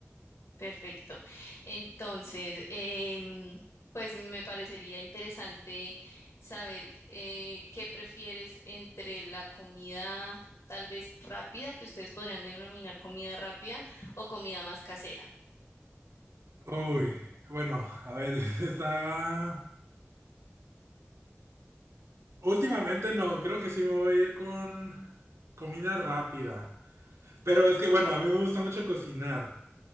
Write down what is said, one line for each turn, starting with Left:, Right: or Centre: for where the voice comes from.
Left: Perfecto. Entonces, em, pues me parecería interesante saber eh, qué prefieres entre la comida tal vez rápida, que ustedes podrían denominar comida rápida, o comida más casera.
Right: Uy, bueno, a ver, <laughs> está... Últimamente no, creo que sí me voy a ir con comida rápida. Pero es que, bueno, a mí me gusta mucho cocinar.